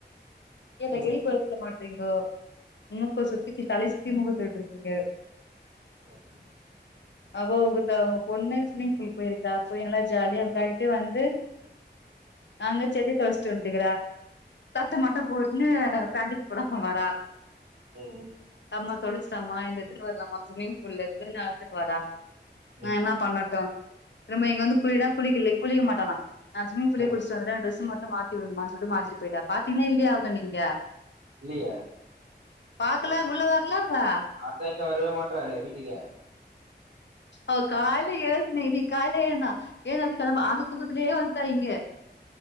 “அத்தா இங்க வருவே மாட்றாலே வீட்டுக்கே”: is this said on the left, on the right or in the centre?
Right